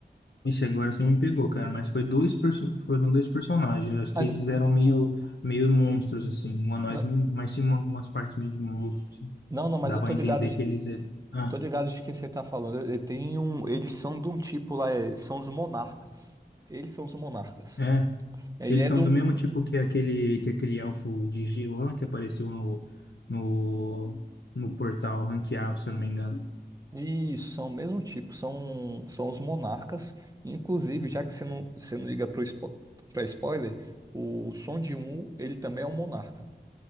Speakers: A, on the left; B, on the right.
A: Ixi, agora você me pegou, cara, mas foi dois perso- foram dois personagens, acho
B: Mas,
A: que eles eram meio, meio monstros, assim, humanoides,
B: n-
A: meio- mas tinha algumas partes meio de monstros,
B: não, não, mas
A: dava
B: eu tô
A: a entender
B: ligado, de-
A: que eles eram, ah,
B: eu tô ligado de quem você tá falando. Ele tem um, eles são de um tipo lá, é- são os monarcas. Eles são os monarcas.
A: é,
B: Ele
A: eles
B: é
A: são
B: do
A: do mesmo tipo que aquele, que aquele elfo de gelo lá, que apareceu no, no, no portal ranquear, se eu não me engano,
B: Isso, são o mesmo tipo, são, são os monarcas. Inclusive, já que você não, você não liga para spo pra spoiler, o Son de um ele também é um monarca.